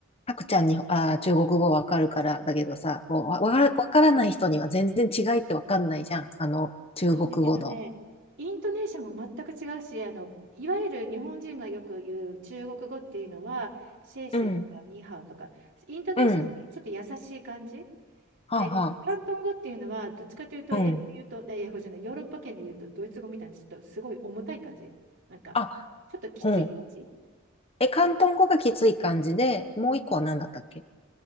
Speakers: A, on the left; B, on the right.
A: たくちゃんに、あー、中国語わかるからだけどさ、こう、
B: うん
A: わ、わからわからない人には全然違いってわかんないじゃん。あの、中国語の。
B: あ、だけどね、イントネーションも全く違うし、あの、いわゆる日本人がよく言う中国語っていうのは、シェイシェイとかニーハオとか、
A: うん。
B: イントネーションがちょっと優しい感じ。
A: うん。はあは
B: で、広東語っていうのは、どっちかというと、
A: あ。
B: 英語で言うと、
A: うん。
B: え英語じゃない、ヨーロッパ圏で言うと、ドイツ語みたいにちょっとすごい重たい感じ。なんか、
A: あ、
B: ちょっときつい感じ。
A: うん。え、広東語がきつい感じで、もう一個は何だったっけ
B: そうそう